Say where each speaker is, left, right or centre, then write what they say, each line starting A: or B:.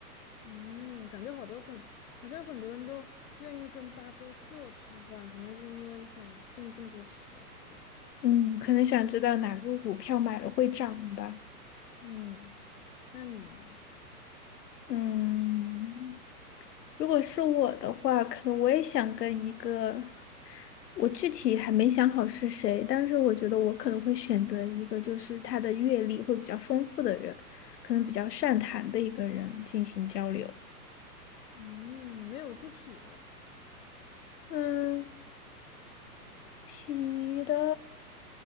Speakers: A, on the left; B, on the left.
A: 嗯，感觉好多很，好像很多人都愿意跟巴菲特吃饭，可能是因为想挣更多钱吧。
B: 嗯，可能想知道哪个股票买了会涨吧。
A: 嗯，那你呢？
B: 嗯，如果是我的话，可能我也想跟一个，我具体还没想好是谁，但是我觉得我可能会选择一个，就是他的阅历会比较丰富的人，可能比较善谈的一个人进行交流。
A: 嗯，没有具体的呀。
B: 嗯。体育的，